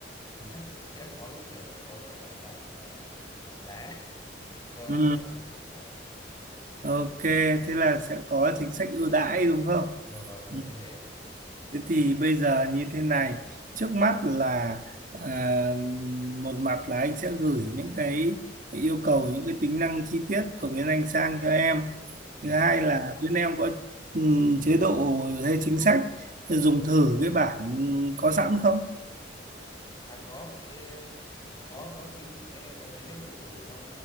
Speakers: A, on the left; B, on the right.
A: thì chắc sẽ có kiểu sẽ có gọi là giảm à, giảm giá <laughs> cho
B: ừ,
A: các cái- vâng
B: ok, thế là sẽ có chính sách ưu đãi đúng không?
A: vâng vâng kiểu
B: Ừ.
A: như thế
B: Thế thì bây giờ như thế này, trước mắt là à, một mặt là anh sẽ gửi những cái yêu cầu, những cái tính năng chi tiết của bên anh sang cho em.
A: Ừ,
B: Thứ hai
A: vâng
B: Dạ. là bên em có ừm, chế độ hay chính sách dùng thử cái bản có sẵn không?
A: à có chứ có có chính bên em có chính sách dùng thử trong